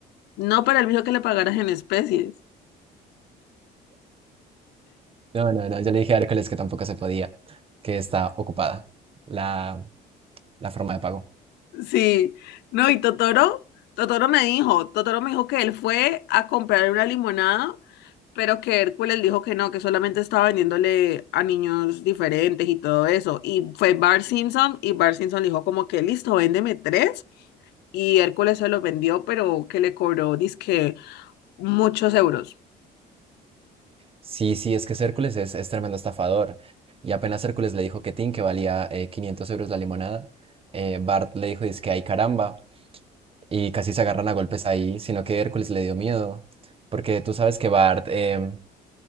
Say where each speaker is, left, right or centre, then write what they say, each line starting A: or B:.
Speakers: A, on the left; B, on the right.
A: No para el bicho que le pagaras en especies.
B: No, no, no, yo le dije a Hércules que tampoco se podía, que está ocupada la, la forma de pago.
A: Sí. No, y Totoro, Totoro me dijo, Totoro me dijo que él fue a comprar una limonada, pero que Hércules dijo que no, que solamente estaba vendiéndole a niños diferentes y todo eso. Y fue Bart Simpson y Bart Simpson le dijo como que listo, véndeme tres. Y Hércules se los vendió, pero que le cobró, dizque, muchos euros.
B: Sí, sí, es que Hércules es, es tremendo estafador. Y apenas Hércules le dijo que Tin, que valía eh, 500 euros la limonada, eh, Bart le dijo, dice que ay caramba, y casi se agarran a golpes ahí, sino que Hércules le dio miedo, porque tú sabes que Bart em,